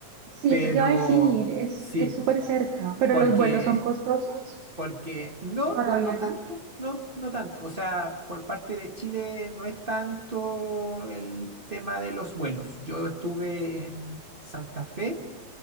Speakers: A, on the right; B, on the right.
A: Sí,
B: pero
A: eso te iba a decir, es,
B: sí,
A: es súper cerca, pero
B: porque,
A: los vuelos son costosos
B: porque no,
A: para
B: no,
A: viajar.
B: no tanto, no, no tanto. O sea, por parte de Chile no es tanto el tema de los vuelos. Yo estuve en Santa Fe